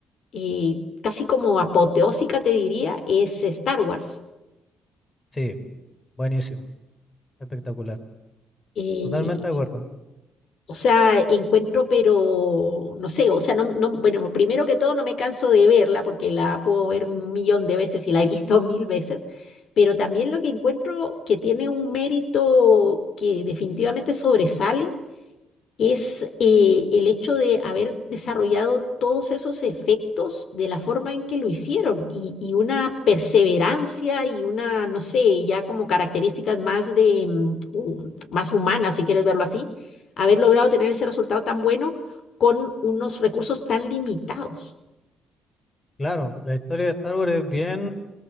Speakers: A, on the left; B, on the left.
A: eh, casi como apoteósica, te diría, es Star Wars.
B: Sí, buenísimo, espectacular.
A: Eh,
B: Totalmente de acuerdo.
A: O sea, encuentro, pero no sé, o sea, no, no- bueno, primero que todo no me canso de verla porque la puedo ver un millón de veces y la he visto <laughs> mil veces, pero también lo que encuentro que tiene un mérito que definitivamente sobresale es eh, el hecho de haber desarrollado todos esos efectos de la forma en que lo hicieron y, y una perseverancia y una, no sé, ya como características más de, mm, hum- más humanas, si quieres verlo así, haber logrado tener ese resultado tan bueno con unos recursos tan limitados.
B: Claro, la historia de Star Wars es bien